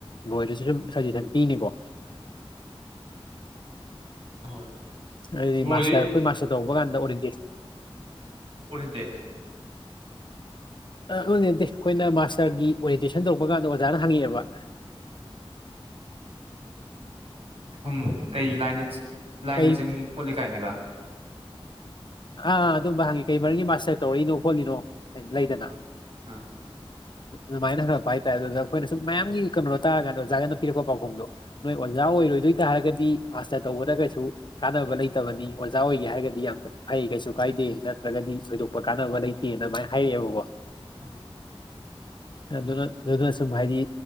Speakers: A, on the left (about 50°); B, on the right (about 80°).
A: ꯕꯣꯏꯗꯁꯨ ꯁꯨꯝ ꯁꯖꯦꯁꯟ ꯄꯤꯅꯤꯀꯣ
B: <unintelligible> ꯍꯣꯏ
A: ꯑꯩꯗꯤ
B: ꯕ꯭ꯔꯣꯗꯤ
A: ꯃꯥꯁꯇꯔ ꯑꯩꯈꯣꯏ ꯃꯥꯁꯇꯔ ꯇꯧꯕ ꯀꯥꯟꯗ ꯑꯣꯏꯔꯤꯟꯗꯤ
B: ꯑꯣꯟꯇꯦꯛꯁ
A: ꯑꯗꯨꯅꯦ ꯑꯩꯈꯣꯏꯅ ꯃꯥꯁꯇꯔꯒꯤ ꯑꯣꯔꯤꯇꯦꯁꯟ ꯇꯧꯕ ꯀꯥꯟꯗ ꯑꯣꯖꯥꯅ ꯍꯪꯉꯛꯑꯦꯕ
B: ꯎ ꯎꯝ ꯀꯩ ꯂꯥꯏꯗ ꯂꯥꯏꯟꯗ
A: ꯀꯩ
B: ꯆꯪꯉꯤ ꯈꯣꯠꯂꯤ ꯀꯥꯏꯅꯒ
A: ꯑꯥ ꯑꯗꯨꯝꯕ ꯍꯪꯉꯤ ꯀꯩ ꯃꯔꯒꯤ ꯃꯥꯁꯇꯔ ꯇꯧꯔꯛꯏꯅꯣ ꯈꯣꯠꯂꯤꯅꯣ ꯂꯩꯗꯅ
B: ꯑꯥ ꯑꯥ
A: ꯑꯗꯨꯃꯥꯏꯅ ꯍꯪꯉꯛꯄ ꯍꯥꯏꯇꯥꯔꯦ ꯑꯗꯨꯗ ꯑꯩꯈꯣꯏꯅ ꯁꯨꯝ ꯃꯌꯥꯝꯒꯤ ꯀꯩꯅꯣꯗꯣ ꯇꯥꯔ ꯀꯥꯟꯗ ꯑꯣꯖꯥꯅ ꯄꯤꯔꯛꯄ ꯄꯥꯎꯈꯨꯝꯗꯣ ꯅꯣꯏ ꯑꯣꯖꯥ ꯑꯣꯏ ꯏꯔꯣꯏꯗꯣꯏ ꯇꯥꯔꯒꯗꯤ ꯑꯥꯁꯇ ꯇꯧꯕꯗ ꯀꯩꯁꯨ ꯀꯥꯟꯅꯕ ꯂꯩꯇꯕꯅꯤ ꯑꯣꯖꯥ ꯑꯣꯏꯒꯦ ꯍꯥꯏꯔꯒꯗꯤ ꯌꯥꯝ ꯐꯩ ꯀꯩꯁꯨ ꯀꯥꯏꯗꯦ ꯅꯠꯇ꯭ꯔꯒꯗꯤ ꯊꯣꯏꯗꯣꯛꯄ ꯀꯥꯟꯅꯕ ꯂꯩꯇꯦꯅ ꯑꯗꯨꯃꯥꯏꯅ ꯍꯥꯏꯔꯛꯑꯦꯕꯣ
B: ꯑꯥ
A: ꯑꯗꯨꯅ ꯑꯗꯨꯁꯨ ꯍꯥꯏꯥꯏꯅꯤ